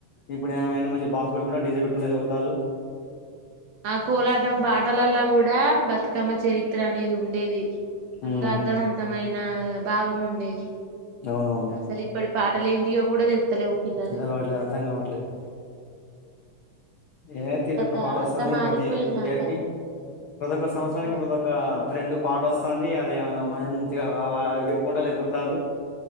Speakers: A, on the left; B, on the right.
A: ఇప్పుడు ఏమైనా మంచిగా బాగా అప్పుడు కూడా డీజే ఇకు ఎరతాలు
B: ఆ కోలాటం పాటలలో కూడా బతుకమ్మ చరిత్ర అనేది ఉండేది అందులో
A: ఉమ్
B: అర్ధవంతమైన భావం ఉండేది
A: అవునవును
B: అసలు ఇప్పటి పాటలు ఏంటియో కూడా తెలుతలేవు పిల్లలకి
A: అలవాట్లేదు అర్థం కావట్లేదు ఏ
B: అట్ట
A: తీరుకు పాడ వస్తుంది
B: అట్లా మారిపోయిందంతా
A: ప్రతి ఇయర్ కీ ప్రతి ఒక్క
B: సాంప్రదా
A: సంవత్సరానికి ప్రతి ఒక్క ఫ్రెండ్ పాట వస్తుంది అది ఏమైనా మంచిగా అ పెట్టుకుంటా ఎగురతళ్ళు